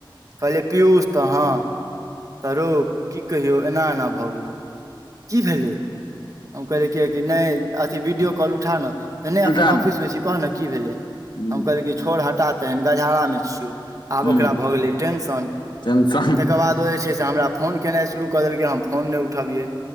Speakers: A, on the right; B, on the left.
A: कहलिै पीयूष तऽ हँ तऽ रौ की कहियौ एना एना भऽ गेलौ की भेलै हम कहलिय कि कि नहि अथिी वीडियो कॉल उठा नऽ तऽ नहि एखन
B: उठा न
A: ऑफिस मऽ छी कह ने की भेलै
B: ह
A: हम कहलै कि छोड़ हटा तहन गजारा मे छियौ आब
B: ह
A: ओकरा भए गेलै टेंशन
B: टेंशन
A: तकर बाद <unintelligible> हमरा फोन केनाइ शुरू कऽ देलकै हम फोन नहि उठबियै